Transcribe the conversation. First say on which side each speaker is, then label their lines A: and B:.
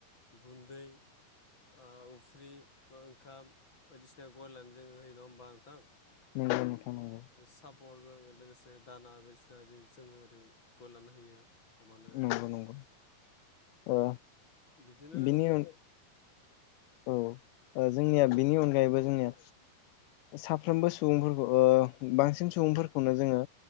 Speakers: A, on the left; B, on the left.
A: गुन फ्रि ओंखाम बायदिसिना ग जोङो हो नङा होमबा नोंथां
B: नंगौ नोंथां नंगौ
A: साब बरजों लोगोसे दाना बायदिना जोङो ओरै गय लानो होयो अ मानो
B: नंगौ नंगौ ओ
A: बिदिनो
B: बिनि अन औ जोंनिया
A: औ बि
B: बेनि अनगायैबो
A: औ
B: जोंनिया साफ्रोमबो सुबुंफोरखौ बांसिन सुबुंफोरखौनो जोङो